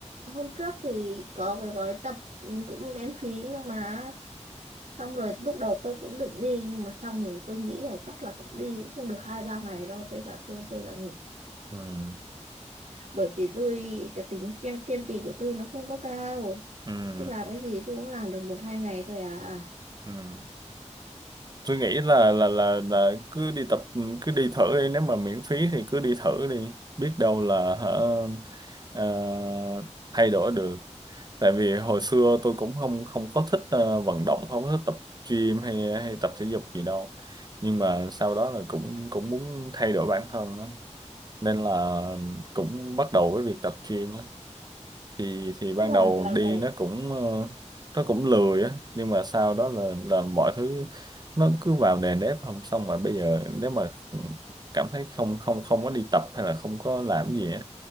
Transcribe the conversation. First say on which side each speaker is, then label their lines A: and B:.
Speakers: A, on the right; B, on the right.
A: hôm trước thì có cái gói tập ừ, cũng miễn phí nhưng mà xong rồi lúc đầu tôi cũng định đi nhưng mà xong rồi tôi nghĩ là chắc là cũng đi cũng không được hai ba ngày đâu thế là thôi tôi lại nghỉ
B: Ừ,
A: bởi vì tôi cái tính kiên kiên trì của tôi nó không có cao
B: ừ,
A: thế làm cái gì tôi cũng làm được một hai ngày thôi à
B: ừ. Tôi nghĩ là là là là cứ đi tập ừ, cứ đi thử đi nếu mà miễn phí thì cứ đi thử đi biết đâu là hả ờ, thay đổi được tại vì hồi xưa tôi cũng không không có thích ờ, vận động không có thích tập gym hay hay tập thể dục gì đâu nhưng mà sau đó là cũng cũng muốn thay đổi bản thân á. nên là cũng bắt đầu với việc tập gym á. thì thì ban
A: cơ bản
B: đầu
A: là
B: đi
A: phải
B: nó cũng ờ, nó cũng lười á nhưng mà sau đó là là mọi thứ nó cứ vào nề nếp không xong mà bây giờ nếu mà ừ, cảm thấy không không không có đi tập hay là không có làm gì á